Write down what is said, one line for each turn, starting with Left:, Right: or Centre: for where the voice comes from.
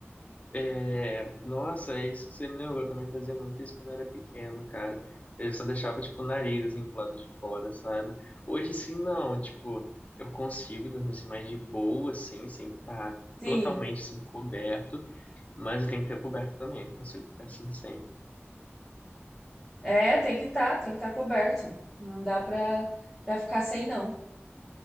Left: É, nossa, é isso que você me lembrou, eu também fazia muito isso quando eu era pequeno, cara. Eu só deixava, tipo, o nariz, assim, pro lado de fora, sabe? Hoje, assim não, tipo, eu consigo dormir, assim, mais de boa, assim, sem estar
Centre: Sim.
Left: totalmente, assim, coberto, mas eu tenho que ter coberto também, não consigo ficar assim, sem.
Centre: É, tem que estar, tem que estar coberto. Não dá pra, pra ficar sem, não.